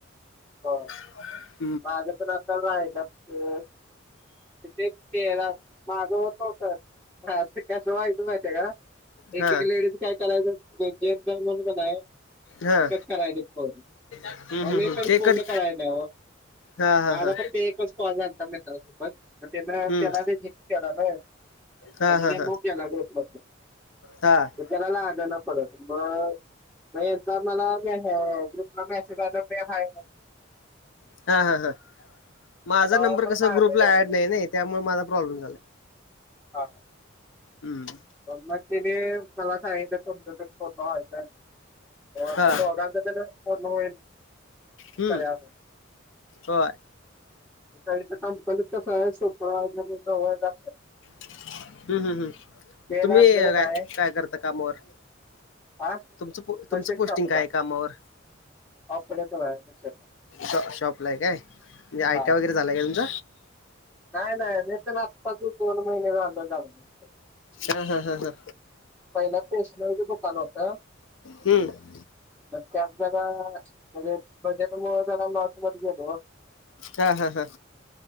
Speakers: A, in the centre; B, on the left (about 65°).
A: ह.
B: <inaudible>
A: माझं पण आता रायलाच त्यो. ते तेलाच माझं होत नव्हतं हां ते कसं व्हायचं मायती का?
B: हा
A: एक एक लेडीज काय करायचं ग जेंडस म्हणूनण आहे.
B: हा
A: कट करायचे फो
B: हम्म हम्म
A: मी
B: हम्म
A: पण
B: ते
A: पूर्ण
B: कट
A: करायला.
B: हा हा
A: माझा
B: हा
A: फक्त एकच कॉल झालता मित्रांसोबत. त्या
B: हम्म
A: त्याना ते झक केला न म्ह
B: हा
A: ते
B: हा
A: लिहुव्ह
B: हा
A: कलेला ग्रुप ब.
B: हा. <inaudible>
A: तर त्याला लागणा पडत मगचा. ह जला म असवाद प हा.
B: हा हा हा माझा
A: तेव्हा
B: नंबर
A: मग
B: कस
A: माझं
B: ग्रुपला
A: एवढं
B: ऍड
A: झालं.
B: नाही नाही त्यामुळे माझा प्रॉब्लेम झाला.
A: हा.
B: हम्म.
A: प मग तिने मला सांगितलं तुमच्या पूर्ण व्हायचं. हो
B: हा
A: दोघाांच होईल.
B: हम्म
A: करूया म्हणून
B: होय.
A: आणि तर कामचात कसं आहे सोप्रा वगैर.
B: हम्म हम् हम्
A: डेला
B: तुम्ही
A: असलं का नाही
B: काय करता कामावर.
A: हा
B: तुमच
A: मशीन
B: तुमचं पोस्टिंग
A: शॉपला
B: काय कामावर.
A: ऑपरेटर आहे मशीन
B: श शॉप ला आहे काय म्हणजे आयट्या
A: हा
B: वगैरे झालाय का तुमच.
A: नाही नाही तर नात्ताच दोन महिने जा.
B: हा हा हा हा.
A: पहिल्या स्टेशनरीच दुकान होत.
B: हम.
A: नक्की आप जला म्हणजे बजेट मुळं जरा लॉस म गेलो.
B: हा हा हा.